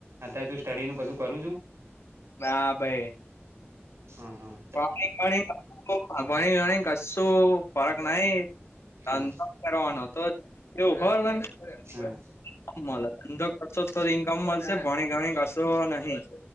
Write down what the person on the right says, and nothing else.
અત્યારે તું સ્ટડી નું બધું કરું છુ.
હમમ હમમ.
હા
હા